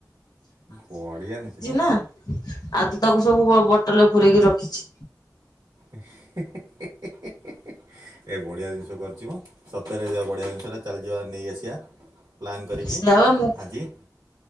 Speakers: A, on the right (about 65°); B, on the left (about 65°).
A: ବଢ଼ିଆ ଜିନିଷ
B: ନା। ଆଉ ତୁ ତାକୁ ସବୁ ବୋ -ବୋଟଲ ରେ ପୁରେଇକି ରଖିଚି।
A: ହିଁ-ହିଁ-ହିଁ-ହିଁ-ହିଁ-ହିଁ-ହିଁ। ଏ ବଢ଼ିଆ ଜିନିଷ କରିଚି ମ ସତରେ ଯା ବଢ଼ିଆ ଜିନିଷଟା ଚାଲିଯିବା ନେଇ ଆସିଆ। ପ୍ଲାନ୍ କରିକି
B: ସେ ବା ମୁଁ
A: ଆଜି